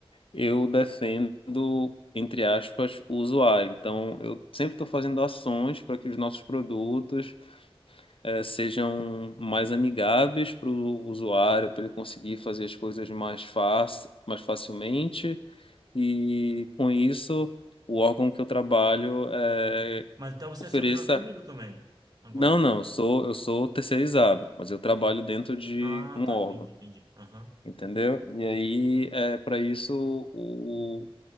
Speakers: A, on the left; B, on the right.
A: Eu defendo, entre aspas, o usuário. Então, eu sempre estou fazendo ações para que os nossos produtos. eh, sejam mais amigáveis para o usuário, para ele conseguir fazer as coisas mais fácil, mais facilmente. E com isso, o órgão que eu trabalho eh,
B: Mas então você
A: ofereça.
B: é servidor público também, agora?
A: Não, não, eu sou, eu sou terceirizado, mas eu trabalho dentro de
B: Ah,
A: um
B: tá,
A: órgão,
B: entendi, entendi. Aham,
A: entendeu? E aí, é para isso, o,